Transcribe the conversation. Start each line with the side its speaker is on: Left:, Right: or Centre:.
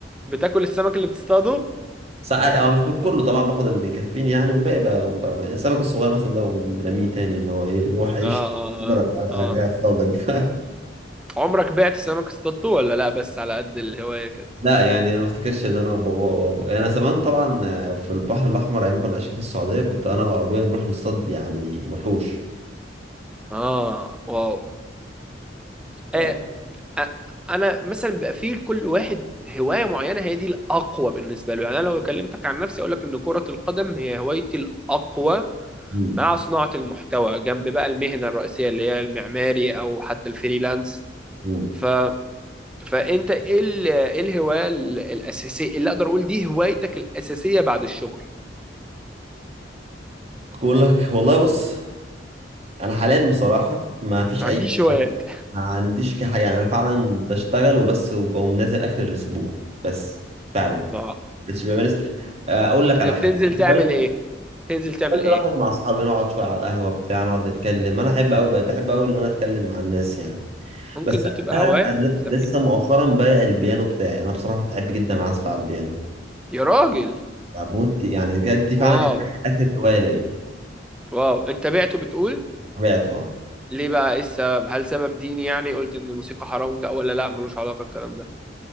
Centre: بتاكل السمك اللي بتصطاده
Right: ساعات اه آه، مش كله طبعا باخد اللي يكفيني يعني والباقي بقى, بقى بقى- السمك الصغير مثلا ده برميه تاني اللي هو ايه روح عيش
Centre: اه اه
Right: أكبر ابقى
Centre: اه اه
Right: أجي اصطادك <laughs>
Centre: عمرك بعت سمك اصطادته ولا لا بس على قد الهواية كده
Right: لا يعني أنا ما افتكرش ان انا وبابا وابويا انا زمان طبعا في البحر الاحمر ايام ما كنا عايشين في السعوديه كنت انا وابويا نروح نصطاد يعني وحوش
Centre: اه واو
Right: ف...
Centre: آه، أ- انا مثلا بيبقى فيه لكل واحد هوايه معينه هي دي الاقوى بالنسبه له يعني انا لو كلمتك عن نفسي اقول لك ان كره القدم هي هوايتي الاقوى
Right: مم.
Centre: مع صناعه المحتوى جنب بقى المهنه الرئيسيه اللي هي المعماري او حتى الفريلانس
Right: مم.
Centre: ف فانت ايه ال... ايه الهوايه ال- الاساسيه اللي اقدر اقول دي هوايتك الاساسيه بعد الشغل
Right: بقول لك والله بص انا حاليا بصراحه ما فيش
Centre: ما
Right: اي
Centre: عنديش هوايات
Right: حاجه ما عنديش حاجه يعني انا فعلا بشتغل وبس وبقوم نازل اخر الاسبوع بس فعلا
Centre: اه
Right: مش بمارس آه، اقول لك على
Centre: يعني
Right: حاجه
Centre: بتنزل
Right: انا
Centre: تعمل
Right: هوايتي
Centre: ايه تنزل تعمل
Right: بنزل
Centre: ايه
Right: اخرج مع اصحابي نقعد شويه على القهوه بتاع نقعد نتكلم انا احب قوي بقيت بحب قوي ان انا اتكلم مع الناس يعني
Centre: ممكن
Right: بس
Centre: دي تبقى
Right: انا
Centre: هوايه
Right: أنا
Centre: نسميها
Right: لسه مؤخرا بايع البيانو بتاعي انا بصراحه كنت احب جدا اعزف على البيانو
Centre: يا راجل
Right: بموت ك- يعني كانت دي فعلا
Centre: واو
Right: كانت اخر هوايه ليا
Centre: واو انت بعته بتقول
Right: بعته اه
Centre: ليه بقى ايه السبب هل سبب ديني يعني قلت ان الموسيقى حرام وبتاع ولا لا ملوش علاقة الكلام ده